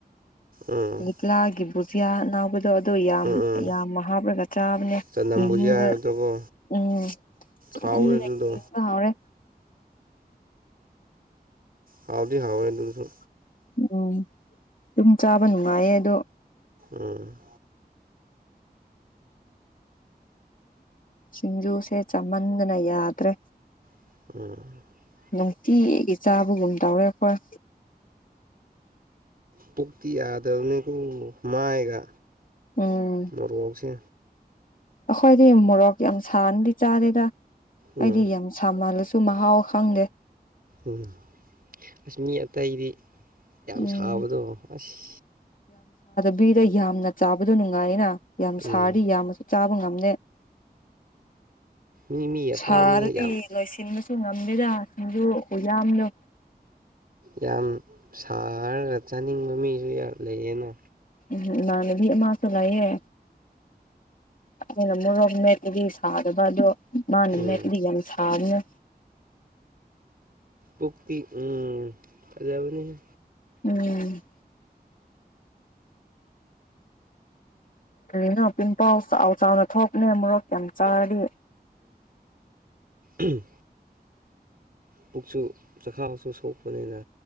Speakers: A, on the right; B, on the left.
A: ꯎꯝ
B: ꯒꯨꯠꯂꯥꯒꯤ ꯕꯨꯖꯤꯌꯥ ꯑꯅꯧ ꯗꯣ ꯗꯨ ꯌꯥꯝ
A: ꯎꯝ ꯎꯝ
B: ꯌꯥꯝꯅ ꯍꯥꯞꯂꯒ ꯆꯥꯕꯅꯦ
A: ꯆꯅꯝ
B: ꯃꯤꯃꯤꯒ
A: ꯕꯨꯖꯤꯌꯥ ꯍꯥꯏꯕꯗꯣꯀꯣ
B: ꯎꯝ ꯆꯥꯃꯟꯗꯅ
A: ꯍꯥꯎꯋꯦ ꯑꯗꯨꯗꯣ
B: ꯀꯤꯕ ꯍꯥꯎꯔꯦ
A: ꯍꯥꯎꯗꯤ ꯍꯥꯎꯋꯦ ꯑꯗꯨꯁꯨ
B: ꯎꯝ ꯗꯨꯝ ꯆꯥꯕ ꯅꯨꯡꯉꯥꯏꯌꯦ ꯑꯗꯣ
A: ꯎꯝ
B: ꯁꯤꯡꯖꯨꯁꯦ ꯆꯥꯃꯟꯗꯅ ꯌꯥꯗ꯭ꯔꯦ
A: ꯎꯝ
B: ꯅꯨꯡꯇꯤꯒꯤ ꯆꯥꯕꯒꯨꯝ ꯇꯧꯔꯦ ꯑꯩꯈꯣꯏ
A: ꯄꯨꯛꯇꯤ ꯌꯥꯗꯕꯅꯤꯀꯣ ꯃꯥꯏꯒ
B: ꯎꯝ
A: ꯃꯣꯔꯣꯛꯁꯦ
B: ꯑꯩꯈꯣꯏꯗꯤ ꯃꯣꯔꯣꯛ ꯌꯥꯝ ꯁꯥꯅꯗꯤ ꯆꯥꯗꯦꯗ
A: ꯎꯝ
B: ꯑꯩꯗꯤ ꯌꯥꯝ ꯁꯥꯃꯜꯂꯁꯨ ꯁꯨ ꯃꯍꯥꯎ ꯈꯪꯗꯦ
A: ꯎꯝ ꯑꯁ ꯃꯤ ꯑꯇꯩꯗꯤ ꯌꯥꯝ
B: ꯎꯝ
A: ꯁꯥꯥꯕꯗꯣ ꯑꯁ
B: ꯕꯤꯗ ꯌꯥꯝꯅ ꯆꯥꯕꯗꯣ ꯅꯨꯡꯉꯥꯏꯌꯦꯅ ꯌꯥꯝꯅ
A: ꯎꯝ
B: ꯁꯥꯔꯤ ꯌꯥꯝꯅꯁꯨ ꯆꯥꯕꯗꯨ ꯉꯝꯗꯦ
A: ꯃꯤ ꯃꯤ ꯑꯄꯥꯝꯕꯅ
B: ꯁꯥꯔꯗꯤ
A: ꯌꯥꯝ
B: ꯂꯣꯏꯁꯤꯟꯕꯁꯨ ꯉꯝ ꯗꯦꯗ ꯑꯗꯨ ꯈꯨꯌꯥꯝꯗꯣ
A: ꯌꯥꯝ ꯁꯥꯔꯒ ꯆꯥꯅꯤꯡꯕ ꯃꯤꯁꯨ ꯌꯥ ꯂꯩꯌꯦꯅꯦ
B: ꯎꯝ ꯢꯃꯥꯟꯅꯕꯤ ꯑꯃꯁꯨ ꯂꯩꯌꯦ ꯑꯩꯅ ꯃꯣꯔꯣꯛ ꯃꯦꯠꯄꯗꯤ ꯁꯥꯗꯕ ꯑꯗꯣ ꯃꯥꯅ
A: ꯎꯝ
B: ꯃꯦꯠꯄꯗꯤ ꯌꯥꯝ ꯁꯥꯕꯅꯦ
A: ꯄꯨꯛꯇꯤ ꯎꯝ ꯐꯖꯕꯅꯦꯍꯦ
B: ꯎꯝ ꯀꯔꯤꯅꯣ ꯄꯤꯝꯄꯜꯁ ꯆꯥꯎ ꯆꯥꯎꯅ ꯊꯣꯛꯄꯅꯦ ꯃꯣꯔꯣꯛ ꯌꯥꯝ ꯆꯥꯔꯗꯤ
A: ꯎꯝ ꯄꯨꯛꯁꯨ ꯆꯈꯥꯎꯁꯨ ꯁꯣꯛꯄꯅꯤꯅ